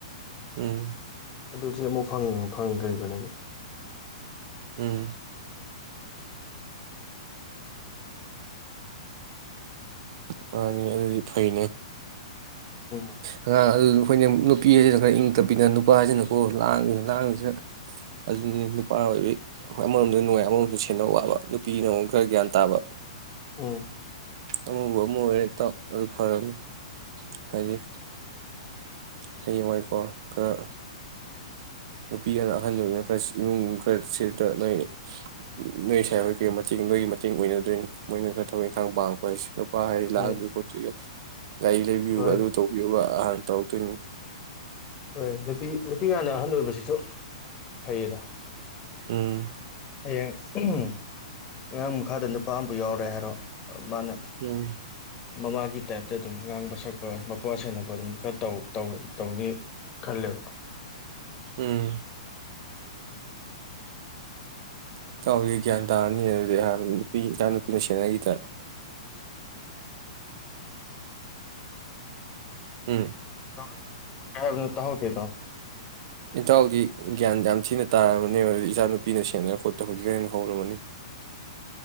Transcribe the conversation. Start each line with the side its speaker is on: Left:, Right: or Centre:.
Right: ꯎꯝ
Left: ꯑꯗꯨꯗꯤ ꯑꯃꯨꯛ ꯐꯪꯗ꯭ꯔꯤꯕꯅꯦꯕ
Right: ꯎꯝ ꯃꯥꯅꯤ ꯑꯗꯨꯗꯤ ꯐꯩꯅꯦ
Left: ꯑ
Right: ꯑꯉꯥꯡ ꯑꯗꯨ ꯑꯩꯈꯣꯏꯅ ꯅꯨꯄꯤ ꯍꯥꯏꯁꯤꯅ ꯈꯔ ꯏꯪ ꯇꯞꯄꯤꯗ ꯅꯨꯄꯥ ꯍꯥꯏꯁꯤꯅꯀꯣ ꯂꯥꯡꯉꯁꯤꯅ ꯂꯥꯡꯉꯤꯁꯤꯅ ꯑꯗꯨꯅꯤ ꯅꯨ ꯄ ꯑꯣꯏꯦ ꯑꯃꯔꯣꯗꯗꯤ ꯅꯨꯡꯉꯥꯏ ꯑꯃꯛꯁꯨ ꯁꯦꯟꯅ ꯋꯥꯕ ꯅꯨꯄꯤꯅ ꯑꯃꯨꯛ ꯈꯔ ꯒ꯭ꯌꯥꯟ ꯇꯥꯕ
Left: ꯎꯝ
Right: ꯑꯃꯕꯨ ꯑꯃ ꯑꯣꯏꯔꯦ ꯏꯇꯥꯎ ꯑꯗꯨ ꯐꯔꯝꯅꯤ ꯍꯥꯏꯗꯤ ꯍꯌꯦꯡꯋꯥꯏꯀꯣ ꯈꯔ ꯅꯨꯄꯤꯒꯅ ꯑꯍꯟ ꯑꯣꯏꯕꯅꯤꯅ ꯈꯔ ꯏꯃꯨꯡ ꯈꯔ ꯁꯤꯗ ꯅꯣꯏ ꯅꯣꯏ ꯁꯥꯏꯍꯣꯏꯒꯤ ꯃꯇꯦꯡ ꯅꯣꯏꯒꯤ ꯃꯇꯦꯡ ꯑꯣꯏꯅꯗꯣꯏꯅꯤ ꯃꯣꯏꯅ ꯈꯔ ꯊꯕꯛ ꯏꯪꯈꯥꯡ ꯄꯥꯡꯉꯛꯄ ꯍꯥꯏꯁꯦ ꯅꯨꯄꯥ ꯍꯥꯏꯁꯤꯗꯤ
Left: ꯎꯝ
Right: ꯂꯥꯡꯗꯣꯏ ꯈꯤꯠꯇꯣꯏꯒ ꯂꯥꯏꯔꯤꯛ ꯂꯩꯕꯤꯌꯨꯒ
Left: ꯍꯣꯏ
Right: ꯑꯗꯨ ꯇꯧꯕꯤꯌꯨꯒ ꯑꯍꯥ ꯇꯧ <unintelligible>
Left: ꯍꯣꯏ ꯅꯨꯄꯤ ꯅꯨꯄꯤ ꯍꯥꯟꯅ ꯑꯍꯜ ꯑꯣꯏꯕꯁꯤꯁꯨ ꯐꯩꯌꯦꯗ
Right: ꯎꯝ
Left: ꯍꯌꯦꯡ ꯎꯝ ꯑꯉꯥꯡ ꯃꯈꯥꯗ ꯅꯨꯄꯥ ꯑꯃꯕꯨ ꯌꯥꯎꯔꯦ ꯍꯥꯏꯔꯣ ꯃꯥꯅ
Right: ꯎꯝ
Left: ꯃꯃꯥꯒꯤ ꯇꯥꯏꯞꯇ ꯑꯗꯨꯝ ꯉꯥꯡꯕ ꯁꯛꯄ ꯃꯄ꯭ꯋꯥ ꯁꯦꯟꯅꯕ ꯑꯗꯨꯝ ꯇꯧꯅꯤ ꯈꯜꯂꯦꯕ
Right: ꯎꯝ ꯏꯇꯥꯎꯗꯤ ꯒ꯭ꯌꯥꯟ ꯇꯥꯔꯅꯤ ꯑꯗꯨꯗꯤꯍ ꯅꯨꯄꯤ ꯏꯆꯥ ꯅꯨꯄꯤꯅ ꯁꯦꯟꯅꯈꯤꯗꯅ ꯎꯝ
Left: <unintelligible> ꯇꯥꯍꯧꯗꯦ ꯏꯇꯥꯎ
Right: ꯏꯇꯥꯎꯗꯤ ꯒ꯭ꯌꯥꯟ ꯌꯥꯝ ꯊꯤꯅ ꯇꯥꯔꯝꯃꯅꯦꯕ ꯑꯗꯨ ꯏꯆꯥ ꯅꯨꯄꯤꯅ ꯁꯦꯟꯅꯕ ꯈꯣꯠꯄ ꯍꯧꯖꯤꯛꯅ ꯍꯧꯔꯃꯅꯤ